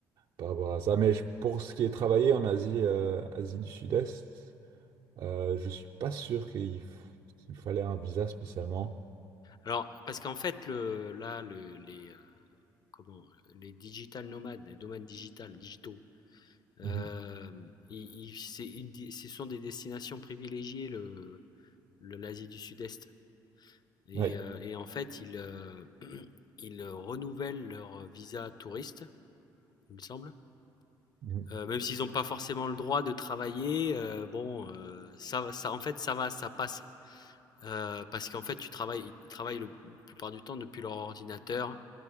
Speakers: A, on the right; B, on the left.
A: par rapport à ça. Mais je- pour ce qui est travailler en Asie, euh, Asie du Sud-Est, euh, je suis pas sûr qu'il f- qu'il fallait un visa spécialement.
B: Alors parce qu'en fait le là le les, heu, comment? Les digital nomades, les nomades digital digitaux, hem,
A: Mhm.
B: ils ils c'est une des ce sont des destinations privilégiées le le l'Asie du Sud-Est et
A: Oui.
B: heu et en fait ils, heu, <clears throat> ils renouvellent leur visa touriste, il me semble
A: Mhm.
B: Euh, même s'ils n'ont pas forcément le droit de travailler, euh, bon, euh, ça, va- ça, en fait, ça va, ça passe. Euh, parce qu'en fait, tu travailles, ils travaillent le- la plupart du temps depuis leur ordinateur